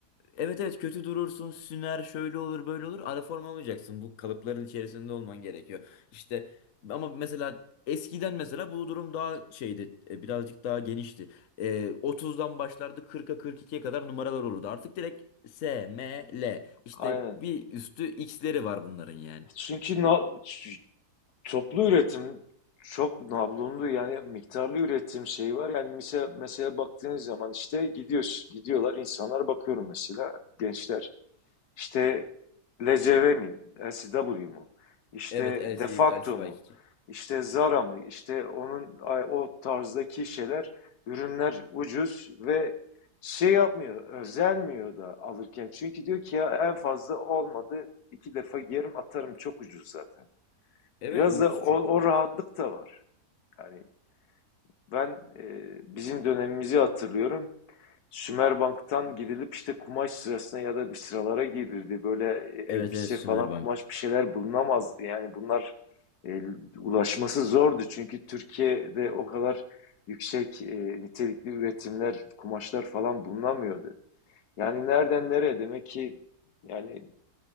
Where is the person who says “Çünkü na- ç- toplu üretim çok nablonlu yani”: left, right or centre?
Left